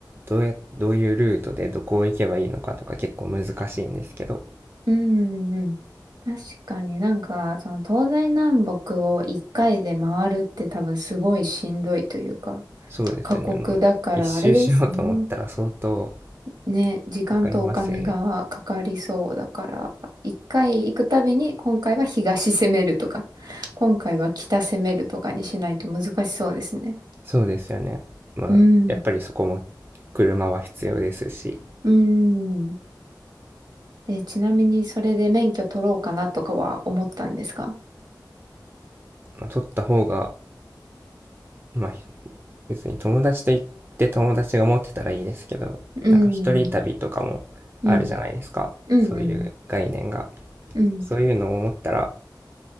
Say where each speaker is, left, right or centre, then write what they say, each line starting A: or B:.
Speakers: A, on the right; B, on the right.
A: どうや、どういうルートでどこを行けばいいのかとか結構難しいんですけど、
B: うんうん。確かになんか、その東西南北を一回で回るって多分すごいしんどいというか、
A: そうですよね。
B: 過酷だからあれですね。
A: もう一周しようと思ったら相当
B: ね、時間とお金がかかりそうだから、
A: かかりますよね。
B: 一回行くたびに今回は東攻めるとか、今回は北攻めるとかにしないと難しそうですね。
A: そうですよね。まあ、
B: うん。
A: やっぱりそこも車は必要ですし、
B: うん。え、ちなみにそれで免許取ろうかなとかは思ったんですか
A: まあ、取った方が、まあ、別に友達と行って友達が持ってたらいいですけど、
B: うん。
A: なんか一人旅とかもあるじゃないですか。
B: うん。うんうん。
A: そういう概念が。
B: うん
A: そういうのを思ったら、